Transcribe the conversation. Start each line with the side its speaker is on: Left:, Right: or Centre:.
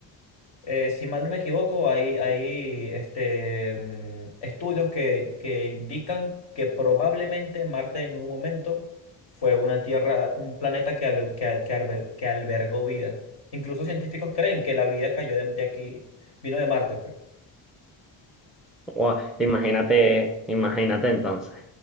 Left: eh, si mal no me equivoco, hay, hay este, mm, estudios que, que indican que probablemente Marte en un momento fue una tierra, un planeta que, albel- que, a- que arbel- que albergó vida. Incluso científicos creen que la vida cayó de, de aquí, vino de Marte, pues.
Centre: Guau, imagínate, imagínate entonces.